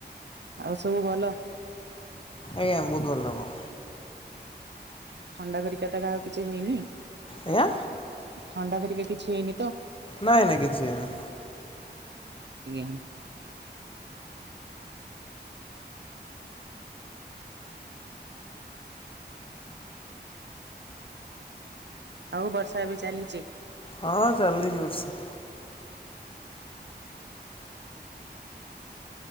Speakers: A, on the right (about 75°); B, on the left (about 30°).
A: ଆଉ ସବୁ ଭଲ?
B: ଆଜ୍ଞା ବୋହୁତ ଭଲ ମ।
A: ଥଣ୍ଡା ଧରିକା ତ କାହାକୁ କିଛି ହେଇନି।
B: ଆଞା
A: ଥଣ୍ଡା ଘରିକା କିଛି ହେଇନି ତ?
B: ନାଇଁ ନାଇଁ କିଛି ହେଇନି।
A: ଆଜ୍ଞା ଆଉ ବର୍ଷା ଏବେ ଚାଲିଚି।
B: ହଁ ହଁ ଚାଲିଚି ବର୍ଷା।